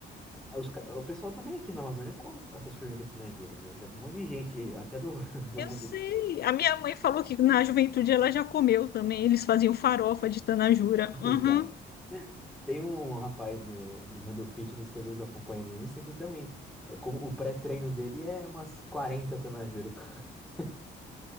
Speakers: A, in the centre; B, on the left.
A: Ah, os ca- o pessoal também aqui na Amazônia come essas formigas tenejura, viu, já vi um monte de gente, até do, <laughs> do
B: Eu
A: mundo,
B: sei. A minha mãe falou que na juventude ela já comeu também. Eles faziam farofa de tanajura.
A: <laughs>
B: Uhum.
A: exato, Tem um rapaz do, do mundo fitness que às vezes eu acompanho no Insta que também, como o pré-treino dele é umas 40 tenajúrico. <laughs>